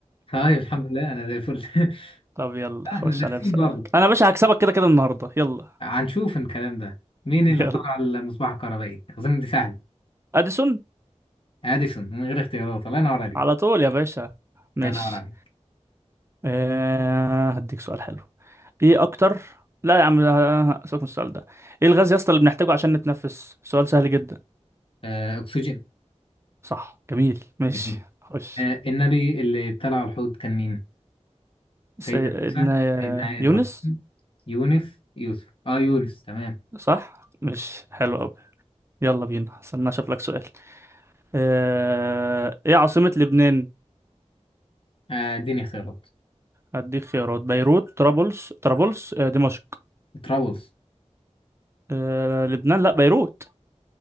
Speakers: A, on the left; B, on the right.
A: طيب الحمد لله أنا زي الفل <laughs>
B: طب يلا خش
A: إحنا دارسين
B: عليا بسألك
A: برضه
B: انا يا باشا هكسبك كده كده النهارده يلا
A: هنشوف الكلام ده مين اللي
B: يلا
A: اخترع المصباح الكهربائي أظن دي سهلة
B: اديسون
A: اديسون من غير اختيارات الله ينور عليك
B: على طول يا باشا ماشي
A: الله ينور عليك
B: آه هديك سؤال حلو ايه اكتر لا يا عم آه، سيبك من السؤال ده ايه الغاز يا اسطى اللي بنحتاجه عشان نتنفس سؤال سهل جدا
A: آه اكسجين
B: صح جميل ماشي
A: جميل
B: خش
A: آه النبي اللي ابتلع الحوت كان مين
B: سيدنا
A: سيدنا موسى سيدنا ابراهيم
B: يونس
A: يونس يوسف اه يونس تمام
B: صح مش حلو قوي يلا بينا استنى اشوف لك سؤال آه... ايه عاصمة لبنان
A: آه، اديني اختيارات
B: هديك خيارات بيروت طرابلس طرابلس آه، دمشق
A: ترابلز
B: آه... لبنان لا بيروت